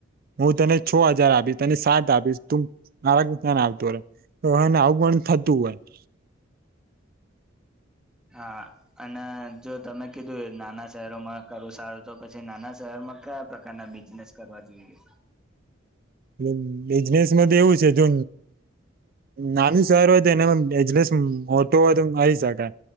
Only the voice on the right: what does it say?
હું તને છ હજાર આપીશ તને સાત આપીશ તું મારા કે ત્યાને આવતો રેય હોય ને આવું પણ થતું હોય. <inaudible>
એ બિઝનેસમાં તો એવું છે જો નાનું શહેર હોય તો એનામાં બજનેસ મોટું હોય તો મળી શકાય.